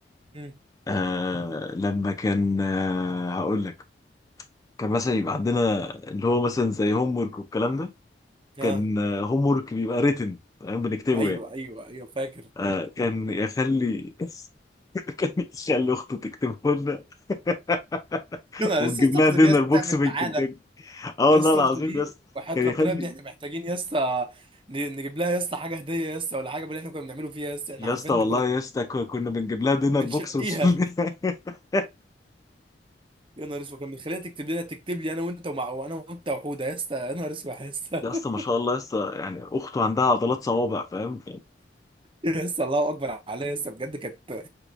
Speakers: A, on the right; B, on the left.
A: مم.
B: آه لما كان آه هقول لك كان مثلا يبقى عندنا اللي هو مثلا زي هوم ورك والكلام ده
A: <laughs> اه
B: كان هوم ورك بيبقى ريتن تمام بنكتبه
A: ايوه
B: يعني
A: ايوه ايوه فاكر
B: آه كان يخلي <laughs> كان يخلي اخته تكتبه لنا <laughs>
A: يا نهار
B: ونجيب
A: لسه
B: لها
A: اخته
B: دينر
A: دي يسا
B: بوكس
A: تعبت
B: من
A: معانا
B: كنتاكي اه
A: يسا
B: والله العظيم
A: اخته دي
B: يا اسطى
A: وحياة
B: كان
A: ربنا
B: يخلي
A: يا ابني احنا محتاجين يسا ن- نجيب لها يسا حاجه هديه يسا ولا حاجه باللي احنا كنا بنعمله فيها يسا احنا
B: يا
A: عارفين
B: اسطى والله
A: إن كنا
B: يا اسطى ك- كنا بنجيب لها دينر
A: بنشقيها
B: بوكس ونشيل- <laughs>
A: يا نهار اسود كان بيخليها تكتب لنا تكتب لي انا وانت ومع وانا وانت وحوده يا اسطى يا نهار اسود يا اسطى
B: يا
A: <laughs>
B: اسطى ما شاء الله يا اسطى يعني اخته عندها عضلات صوابع فاهم
A: يا اسطى الله اكبر عليا يا اسطى بجد كانت ما